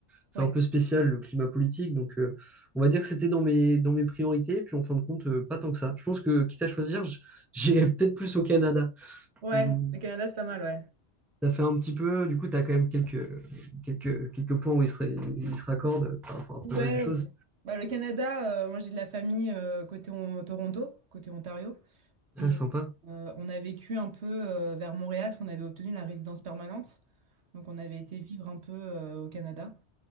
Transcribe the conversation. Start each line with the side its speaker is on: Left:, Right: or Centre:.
Centre: c'est
Right: Ouais.
Centre: un peu spécial le climat politique. Donc, euh, on va dire que c'était dans mes, dans mes priorités. Puis en fin de compte, euh, pas tant que ça. Je pense que, quitte à choisir, j- j'ai peut-être plus au Canada.
Right: Ouais,
Centre: Mm,
Right: le Canada, c'est pas mal, ouais.
Centre: ça fait un petit peu, du coup, tu as quand même quelques, quelques, quelques points où ils se, ils se raccordent par rapport à
Right: Ouais.
Centre: pas mal de choses.
Right: euh, Bah, le Canada, euh, moi, j'ai de la famille euh, côté on- Toronto, côté Ontario. Et
Centre: Ah, sympa.
Right: euh, on a vécu un peu euh, vers Montréal, parce qu'on avait obtenu la résidence permanente. Donc, on avait été vivre un peu euh, au Canada.